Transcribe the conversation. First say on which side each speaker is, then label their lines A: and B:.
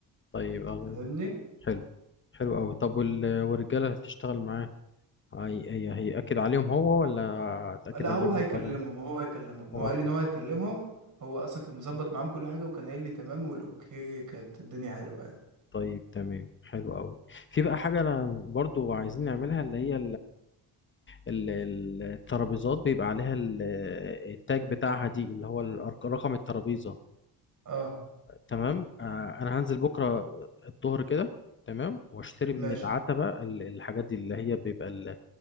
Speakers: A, on the left (about 30°); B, on the right (about 50°).
A: طيب الله
B: فاهمني
A: ينور حلو حلو قوي طب وال... والرجاله اللي هتشتغل معاه هي... هي... هيأكد عليهم هو ولا تأكد
B: لا
A: عليهم
B: هو هيكلمهم
A: انت ولا
B: هو هيكلمهم
A: هو
B: هو قال
A: عايز
B: لي ان هو هيكلمهم هو اصلا كان مظبط معاهم كل حاجه وكان قايل لي تمام والاوكي كانت الدنيا حلوه يعني
A: طيب تمام حلو قوي في بقى حاجة أنا برضو عايزين نعملها اللي هي ال- ال- الترابيزات بيبقى عليها ال- التاج بتاعها دي اللي هو الأرق- رقم الترابيزة
B: اه
A: تمام آه، انا هنزل بكرة الظهر كده تمام واشتري من
B: ماشي
A: العتبة ال- الحاجات دي اللي هي بيبقى ال-